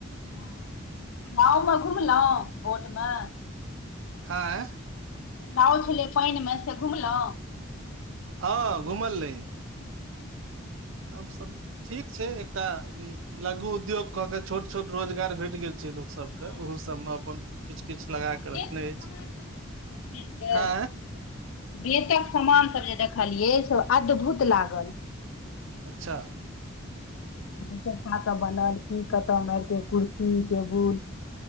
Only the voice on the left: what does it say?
हॉ गाउमे घुमलहु बटमे
नॉव छलै पानिमे से घुमलहुँ
हँ
हँ
ओहिमे
आहा
बेत
क
समान सब देखलिए बेतक
बेतक सामानसभ जे देखलियै से अद्भूत लागल।।
सोखा क बनल की कतऽ मइरते कुर्सी टेबुल